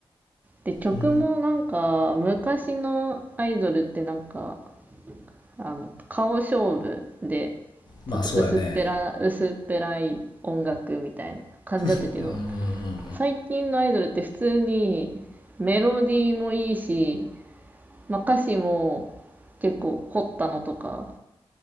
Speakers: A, on the right; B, on the left.
A: で曲もなんか昔のアイドルってなんか
B: うーん
A: あの顔勝負で
B: まあそうやね。
A: ちょっと薄っぺら薄っぺらい音楽みたいな感じだったけど
B: うんうんうんうん。
A: 最近のアイドルって普通にメロディーもいいし、まあ、歌詞も結構凝ったのとか